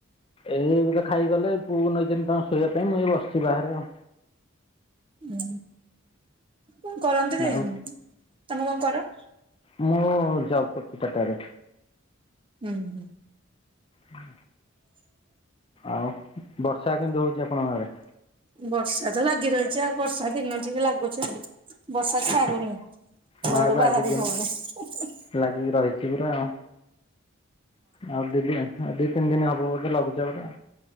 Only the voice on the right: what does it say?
ଉଁ କଣ କରନ୍ତି କି
ଉଁ ହୁଁ ତମେ କଣ କର?
ଉଁ ହୁଁ।
ବର୍ଷା ତ ଲାଗି ରହିଛି ଆଉ ବର୍ଷା ଦିନ ଠିକି ଲାଗୁଛି ବର୍ଷା ଛାଡୁନି। ଘରୁ
ବାହାରି
ହଉନି ହୁଁ ହୁଁ।